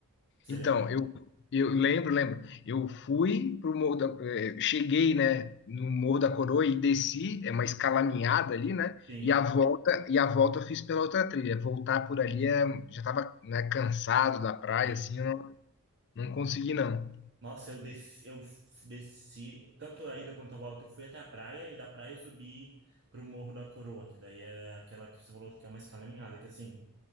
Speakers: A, on the right; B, on the left.
A: Você
B: Então,
A: lembra?
B: eu, eu lembro, lembro. Eu fui pro Morro da, eh, cheguei, né, no Morro da Coroa e desci, é uma escalaminhada ali, né?
A: Sim,
B: E a volta, e a volta eu fiz pela outra trilha. Voltar por ali é, já estava, né, cansado da praia,
A: sim.
B: assim, eu não, não consegui não.
A: Nossa, eu desci, eu f- desci, tanto a ida quanto a volta, eu fui até a praia e da praia eu subi para o Morro da Coroa, que daí é aquela que você falou que é uma escalaminhada, que assim,